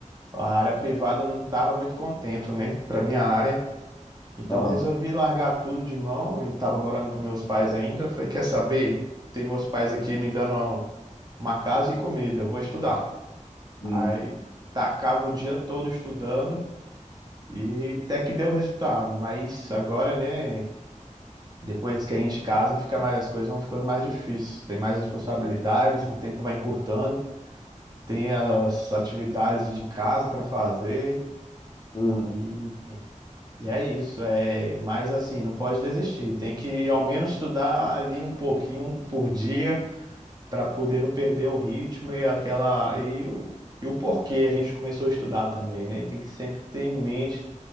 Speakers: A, on the right; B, on the left.
A: a área privada não estava muito contente, né, para minha área. Então
B: Aham.
A: eu resolvi largar tudo de mão e estava morando com meus pais ainda. Eu falei, quer saber? Tem meus pais aqui me dando uma casa e comida, eu vou estudar.
B: Uhum.
A: Aí tacava o dia todo estudando e até que deu resultado, mas agora, né? Depois que a gente casa, fica mais, as coisas vão ficando mais difíceis. Tem mais responsabilidades, o tempo vai encurtando, tem as atividades de casa para fazer
B: Uhum.
A: e, e é isso. É, mas assim, não pode desistir. Tem que ao menos estudar ali um pouquinho por dia para poder não perder o ritmo e aquela e o, e o porquê a gente começou a estudar também, né? Tem que sempre ter em mente